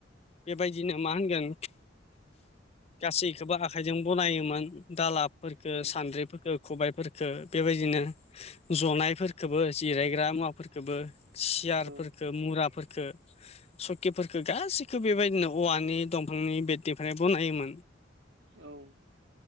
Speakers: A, on the left; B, on the right.
A: बेबायदिनो मा होनगोन गासैखौबो आखाइजों बनायोमोन दालाबफोरफोरखौ
B: औ
A: सान्द्रिफोरफोरखौ खबायफोरफोरखौो बेबायदिनो जनायफोरफोरखौबो जिरायग्रा मुवाफोरखौबो सियारफोरफोरखौ
B: औ
A: मुराफोरखौ सकिफोरखौ गासैखौबो बेबायदिनो औवानि दंफांनि बेटनिफ्राय बनायोमोन।
B: औ